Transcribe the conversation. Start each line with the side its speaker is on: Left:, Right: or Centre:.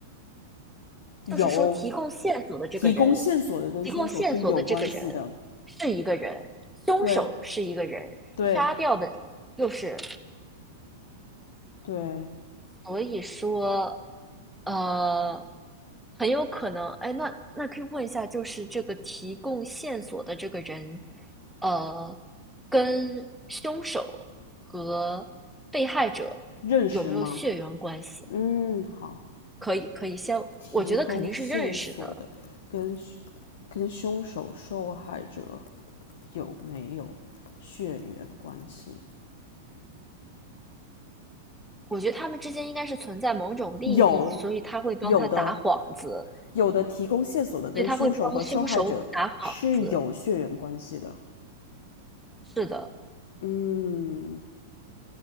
Left: 有，
Centre: 就是说提供线索的这个人，
Left: 提供线索的跟凶手是有关系的。
Centre: 提供线索的这个人是一个人，凶手是一个人，
Left: 对对
Centre: 杀掉的又是
Left: 对，
Centre: 所以说，呃，很有可能，哎，那那可以问一下，就是这个提供线索的这个人，呃，跟凶手和被害者有没有血缘关系？
Left: 认识吗？嗯，好，
Centre: 可以，可以先，
Left: 提供线索的跟
Centre: 我觉得肯定是认识的，
Left: 跟凶手受害者有没有血缘关系？
Centre: 我觉得他们之间应该是存在某种利益，
Left: 有，
Centre: 所以他会帮他打幌子，
Left: 有的，有的提供线索的跟凶手和受害者是有血缘关系的。
Centre: 所以他会帮凶手打幌子，是的。
Left: 嗯